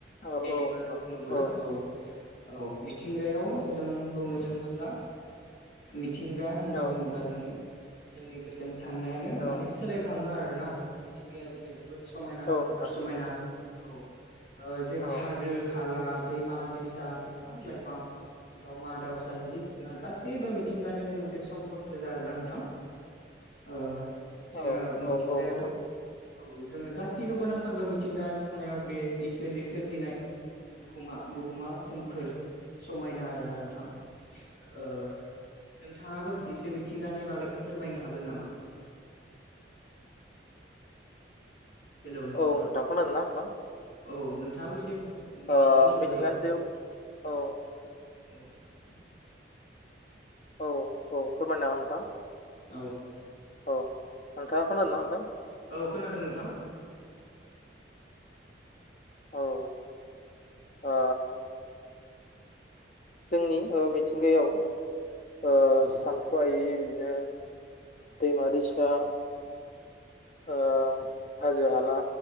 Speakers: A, on the left; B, on the left.
A: औ
B: बे
A: औ
B: बिबारफोरखौ
A: नोंथां
B: नुबोला
A: नोंथां
B: औ औ मि थिंगायाव
A: औ
B: जों बुंनो थाङोब्ला मिथिंगा होनना
A: औ
B: बुङोब्ला जोङो जोंनि गोसोनि साननायानो
A: औ
B: माने सोलायखाङो आरोना? मिथिंगाया
A: उम,
B: जोंनिया जोबोद समायना
A: औ
B: सोमखोर
A: नोंथां
B: समायना औ जेबो
A: औ
B: हाजो हाला दैमा दैसा बिफां लाइफां दावमा दाउसा, जिब जुनार गासैबो मिथिंगानिनो मोनसे सम्पद गोजा आरोना नोंथां। ओ जोङो
A: औ
B: मिथिंगायाव
A: औ औ नोंथां
B: औ जोंनो गासैखौबो नांखागो मिथिंगानि थानायाव बे इसोरनि सोरजिनाय बुहुमा बुहुमा सोमखोर समायना आरोना नोंथां। ओ नोंथाङाबो एसे मिथिंगानि बागै फोरमायनो हागोन नामा?
A: <inaudible>
B: हेलौ नोंथां
A: औ दा खोना‌ दोंना नोंथां?
B: औ नोंथाङाबो एसे मिथिंगानि
A: ओ
B: बागै फोरमायना
A: सायाव
B: होदो।
A: औ
B: औ
A: औ औ फोरमायजागोन नोंथां।
B: औ
A: औ नोंथाङा खोनादों नोंथां?
B: औ खोनादों नोंथां।
A: औ ओ जोंनि मिथिंगायाव ओ
B: औ
A: सानथ्र'हायि बिदिनो दैमा दैसा ओ हाजो हाला